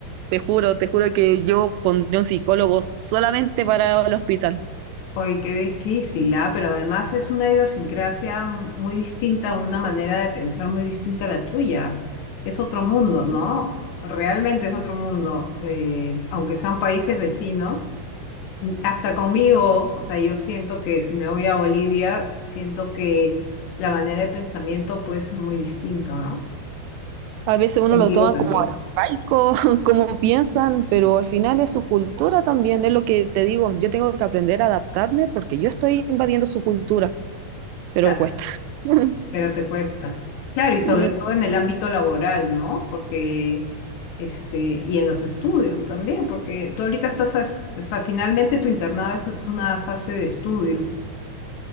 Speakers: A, on the right; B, on the left.
A: te juro, te juro que yo pondré un psicólogo solamente para el hospital.
B: Oye, qué difícil, ¿ah? Pero además es una idiosincrasia mu- muy distinta, una manera de pensar muy distinta a la tuya. Es otro mundo, ¿no? Realmente es otro mundo. eh, aunque sean países vecinos, hasta conmigo, o sea, yo siento que si me voy a Bolivia, siento que la manera de pensamiento puede ser muy distinta, ¿no?
A: A veces uno
B: Contigo
A: lo toma
B: también.
A: como arcaico, <laughs> como piensan, pero al final es su cultura también, es lo que te digo, yo tengo que aprender a adaptarme porque yo estoy invadiendo su cultura, pero
B: Claro,
A: cuesta. <laughs>
B: pero te cuesta. Claro, y sobre
A: Y
B: todo en el ámbito laboral, ¿no? Porque, este, y en los estudios también, porque tú ahorita estás, as- o sea, finalmente tu internado es un- una fase de estudios.